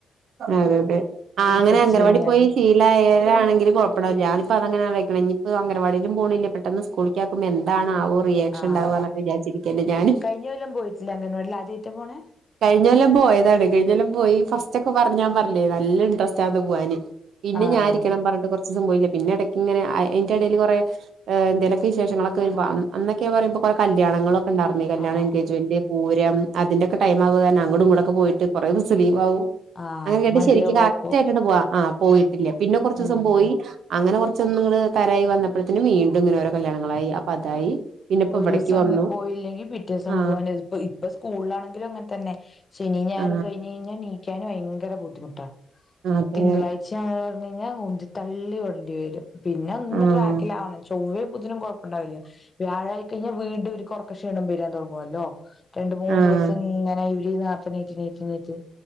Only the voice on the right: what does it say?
അതെ തെ ആഹ് അങ്ങനെ
അംഗൻവാടി
പോയി ശീ ല്ല ഏഴാണങ്കിലും കൊഴപ്പല്ല ഞാനി പ്പോ അങ്ങന ആയിക്കുണ്‌ ഇനി ഇപ്പോ അൻഗന വാടിയിലും പോണില്ല പെട്ടെന്ന് സ്കൂളി യാക്കുമ്പോ എന്താണ് ആവോ റിയാക്ഷൻ
ണ്ടാവുക എന്നൊക്കെ വിചാച്ചിരിക്കല്ലേ ഞാന്.
കഴിഞ്ഞെല്ലം പോയതാണ് കഴിഞ്ഞെല്ലം പോയി ഫസ്റ്റ് ഒക്കെ പറഞ്ഞാൻ പറില്ലേ നല്ല ഇൻട്രസ്റ്റ് ആന്ന് പോവാന്. പിന്നെ
ഞാ ഇരിക്കണം പറഞ്ഞിട്ട്കൊറച്ചിസം പോയില്ല പിന്നെ ഇടയ്ക്ക് ഇങ്ങനെ അയ്ൻന്റെ ഇടയില് കൊറെ. ഏ എന്തേലും ഒക്കെ വിശേഷങ്ങളൊക്കെ വരുമ്പം അന്നൊക്കെ ഞാൻ പറയും കൊറെ കല്യാണങ്ങളൊക്കെ ഉണ്ടായിരുന്നെ കല്യാണം
എഗേജ്മെന്റ്. പൂരം അതിന്റെയൊക്കെ ടൈമാവുക അങ്ങടും ഇങ്ങോടും പോയിട്ട് കൊറേ ദിവസം ലീവാവും.
അങ്ങനെ കേട്ട്
ശരിക്ക് കറക്റ്റ്
ആയിട്ടാണ്ട് പോവാ ആഹ് പോയിട്ടില്ല പിന്നെ കൊറച്ച്
ദിവസം പോയി. അങ്ങനെ കൊറച്ചൊന്ന് അങ്ങട് തരവായി വന്നപ്പോഴത്തിന് വീണ്ടും ഇങ്ങനെ ഓരോ കല്യാണങ്ങളായി അപ്പൊ അതായി. പിന്നെ ഇപ്പോ
ഇവിടേക്ക്
വന്നു
ആ
ആ
അതെ
ആ
ആഹ്